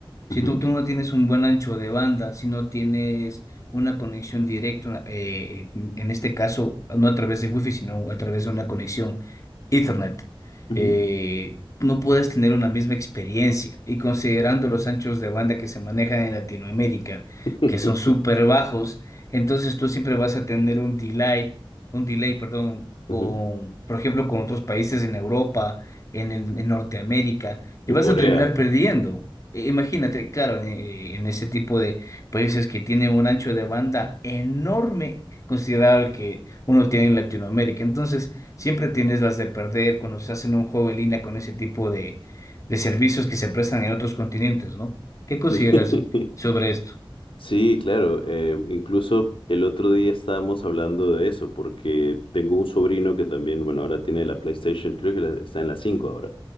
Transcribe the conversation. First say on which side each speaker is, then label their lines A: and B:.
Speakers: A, on the left; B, on the left.
A: Si
B: Ujú,
A: tú, tú no tienes un buen ancho de banda, si no tienes una conexión directa, eh, en este caso no a través de Wi-Fi, sino a través de una conexión Ethernet,
B: ujú.
A: eh, no puedes tener una misma experiencia. Y considerando los anchos de banda que se manejan en Latinoamérica,
B: <laughs>
A: que son súper bajos, entonces tú siempre vas a tener un delay un delay, perdón,
B: Ujú.
A: con, por ejemplo, con otros países en Europa, en, el- en Norteamérica,
B: En
A: y vas
B: Corea,
A: a terminar perdiendo. E- Imagínate, claro, eh, en ese tipo de países que tienen un ancho de banda enorme, considerado el que uno tiene en Latinoamérica. Entonces, siempre tienes las de perder cuando se hacen un juego en línea con ese tipo de, de servicios que se prestan en otros continentes, ¿no? ¿Qué consideras
B: <laughs> sí.
A: sobre esto?
B: Sí, claro. eh, incluso el otro día estábamos hablando de eso, porque tengo un sobrino que también, bueno, ahora tiene la PlayStation, creo que la- está en la 5 ahora.